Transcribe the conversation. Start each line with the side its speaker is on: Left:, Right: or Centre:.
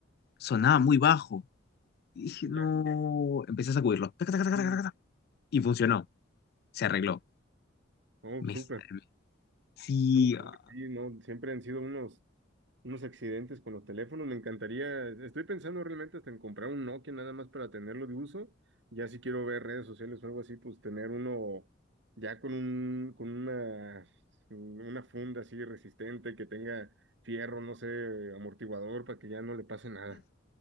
Left: sonaba muy bajo. Y dije,
Right: Ya,
Left: no, empecé a sacudirlo. taca, taca, taca,
Right: sí.
Left: taca, taca, taca, y funcionó, se arregló.
Right: Oh,
Left: Me,
Right: súper,
Left: salvé. sí,
Right: súper,
Left: ah.
Right: súper, sí, no, siempre han sido unos, unos accidentes con los teléfonos. Me encantaría, estoy pensando realmente hasta en comprar un Nokia nada más para tenerlo de uso. Ya si quiero ver redes sociales o algo así, pues tener uno ya con un, con una, una funda así resistente que tenga fierro, no sé, amortiguador para que ya no le pase nada.